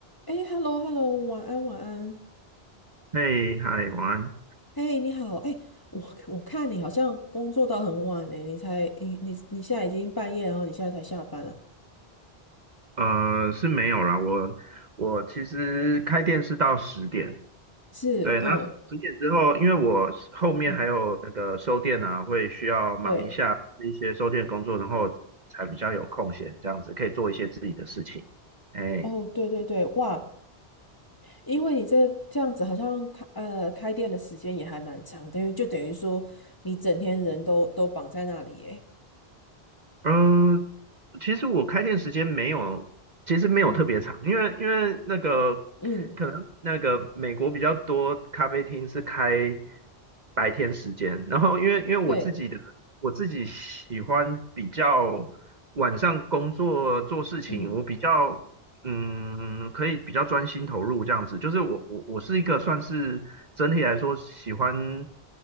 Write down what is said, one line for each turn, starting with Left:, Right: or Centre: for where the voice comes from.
Left: 哎，hello hello，晚安晚安。
Right: 嘿，嗨，晚安。
Left: 哎，你好，哎，我我看你好像工作到很晚哎，你才你你你现在已经半夜，然后你现在才下班啊？
Right: 呃，是没有啦，我我其实开店是到十点，
Left: 是，
Right: 对，
Left: 嗯
Right: 那十点之后，因为我是后面还有那个收店啊，
Left: 嗯，
Right: 会需要忙一下一些收店工作，
Left: 对，
Right: 然后才比较有空闲，这样子可以做一些自己的事情。哎。
Left: 哦对对对，哇，因为你这这样子好像开呃开店的时间也还蛮长，等于就等于说你整天人都都绑在那里哎，
Right: 嗯，其实我开店时间没有，其实没有特别长，
Left: 嗯
Right: 因为因为那个
Left: 嗯，
Right: 可能那个美国比较多咖啡厅是开白天时间，然后因为因为我自己的我自己喜欢比较晚上工作做事情，
Left: 对，嗯
Right: 我比较嗯，可以比较专心投入这样子。就是我我我是一个算是整体来说喜欢，